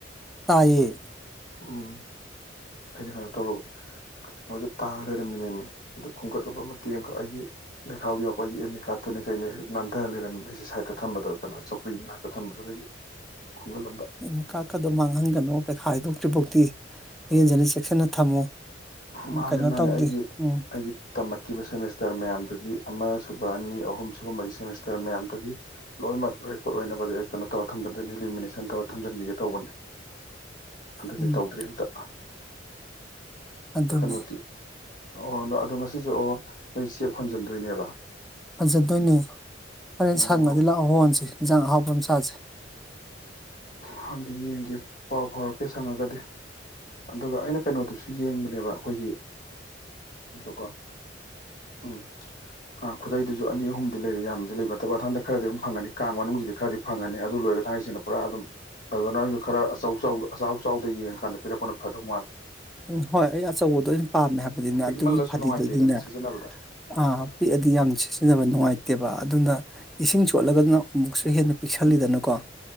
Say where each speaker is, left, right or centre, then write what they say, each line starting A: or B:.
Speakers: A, in the centre; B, on the left.
A: ꯇꯥꯏꯌꯦ
B: ꯎꯝ ꯑꯩꯅ ꯈꯔꯥꯇꯧꯔꯕꫭ <unintelligible> ꯇꯥꯔ ꯂꯩꯔꯝꯃꯤꯅꯦꯝꯃꯤ ꯑꯗꯨ ꯈꯣꯝꯒꯠꯂꯨꯕ ꯃꯇꯦꯡ ꯑꯃꯈꯛ ꯑꯩꯒꯤ ꯂꯩꯈꯥꯎꯗꯨ ꯌꯥꯎꯕ ꯑꯩꯒꯤ ꯑꯦꯝ ꯑꯦ ꯀꯥꯔꯠꯇꯨꯅꯤ ꯀꯩꯅꯤ ꯅꯥꯟꯊ ꯂꯩꯔꯝꯃꯤ ꯁꯥꯏꯗꯠꯇ ꯊꯝꯕꯗꯣ ꯀꯩꯅꯣ ꯆꯧ ꯍꯨꯏ ꯃꯅꯥꯛꯇ ꯊꯝꯕꯗꯨꯗꯒꯤ ꯈꯨꯡꯒꯜ ꯂꯝꯕ
A: ꯏ‌ꯦꯃꯤꯠ ꯀꯠꯀꯥꯗꯣ ꯃꯥꯡꯍꯟꯒꯅꯣ ꯄꯩꯈꯥ ꯍꯥꯏꯗꯣꯛꯇ꯭ꯔꯤꯐꯧꯗꯤ ꯏꯔꯦꯟꯖꯅ ꯆꯦꯛꯁꯤꯟꯅ ꯊꯝꯃꯨ
B: ꯃꯥꯅꯦ
A: ꯀꯩꯅꯣ
B: ꯃꯥꯅꯦ
A: ꯇꯧꯗꯦ
B: ꯑꯩꯒꯤ
A: ꯎꯝ
B: ꯑꯩꯒꯤ ꯇꯝꯃꯛꯈꯤꯕ ꯁꯦꯃꯤꯁꯇꯔ ꯃꯌꯥꯝꯗꯨꯒꯤ ꯑꯃ ꯁꯨꯕ ꯑꯅꯤ ꯑꯍꯨꯝ <unintelligible> ꯁ‌ꯦꯃꯤꯁꯇꯔ ꯃꯌꯥꯝꯗꯨꯒꯤ ꯂꯣꯏꯅꯃꯛ ꯔꯦꯛ ꯄꯣꯠ ꯑꯣꯏꯅꯕꯗꯤ ꯑꯩ ꯀꯩꯅꯣ ꯇꯧꯔ ꯊꯝꯖꯟꯗꯣꯏꯅꯤ ꯂꯤꯂꯤꯃꯤꯅꯦꯁꯟ ꯇꯧꯔ ꯊꯝꯖꯤꯟꯈꯤꯒꯦ ꯇꯧꯕꯅꯦ ꯍꯟꯗꯛꯇꯤ
A: ꯎꯝ
B: ꯇꯧꯗ꯭ꯔ‌ꯦ ꯑꯝꯇ
A: ꯑꯗꯨꯅꯤ
B: ꯑꯗꫭ ꯀꯩꯅꯣꯗꯤ ꯑꯣ ꯑꯗꯣ ꯉꯁꯤꯁ‌ꯦ ꯑꯣ ꯅꯣꯏ ꯆꯦꯛ ꯍꯣꯟꯖꯟꯗꯣꯏꯅꯦꯕ
A: ꯍꫭꯟꯖꯟꯗꯣꯏꯅꯦ ꯑꯣꯔꯦꯟ
B: ꯑꯣ
A: ꯁꯪꯉꯗꯤ ꯂꯥꯛꯑꯣ ꯍꯣꯟꯁꯦ ꯌꯦꯟꯖꯥꯡ ꯑꯍꯥꯎꯄ ꯆꯁꯦ
B: ꯍꯪꯗꯤ ꯌꯦꯡꯒꯦ ꯄꯥꯎ ꯐꯥꯎꯔꯛꯀꯦ ꯁꯪꯉꯒꯗꯤ ꯑꯗꯨꯒ ꯑꯩꯅ ꯀꯩꯅꯣꯗꯨꯁꯨ ꯌꯦꯡꯕꯅꯦꯕ ꯑꯩꯈꯣꯏꯒꯤ ꯎꯀꯣ ꯎꯝ ꯑꯥ ꯈꯨꯗꯩꯗꯨꯁꯨ ꯑꯅꯤ ꯑꯍꯨꯝꯗꯤ ꯂꯩꯔꯦ ꯌꯥꯝꯗꯤ ꯂꯩꯕ ꯅꯠꯇꯕ ꯑꯊꯟꯗ ꯈꯔꯗꯤ ꯐꯪꯒꯅꯤ ꯀꯥꯡ ꯃꯅꯨꯡꯁꯤꯗꯤ ꯈꯔꯗꯤ ꯐꯪꯉꯅꯤ ꯑꯗꯨ ꯂꯣꯏꯔꯒ ꯊꯥꯡꯉꯩꯁꯤꯡꯅ ꯄꯨꯔꯥ ꯑꯗꯨꯝ ꯑꯗꯨꯅꯁꯨ ꯈꯔ ꯑꯆꯧ ꯆꯥꯎ ꯑꯆꯥꯎ ꯆꯥꯎꯗ ꯌꯦꯡꯉꯀꯥꯟꯗ ꯄꯤꯔꯛꯄꯅ ꯐꯥꯗꯧ ꯃꯥꯜꯂ‌ꯦ
A: ꯎꯝ ꯍꯣꯏ ꯑꯩ ꯑꯆꯧꯕꯗꯣ ꯑꯣꯏꯅ ꯄꯥꯝꯃꯦ ꯍꯥꯏꯕꯅꯤꯅ
B: ꯄꯤꯛꯃꯜꯂꯁꯨ
A: ꯑꯗꯨꯒꯤ ꯐꯗꯤꯗꯨꯗꯤꯅꯦ
B: ꯅꯨꯡꯉꯥꯏꯇꯦꯗꯅ ꯁꯤꯖꯤꯟꯅꯕꯗ
A: ꯑꯥ ꯄꯤꯛꯑꯗꯤ ꯌꯥꯝ ꯁꯤꯖꯤꯟꯅꯕ ꯅꯨꯡꯉꯥꯏꯇꯦꯕ ꯑꯗꯨꯅ ꯏꯁꯤꯡ ꯆꯣꯠꯂꯒꯅ ꯑꯃꯨꯛꯁꯨ ꯍꯦꯟꯅ ꯄꯤꯛꯁꯜꯂꯤꯗꯅꯀꯣ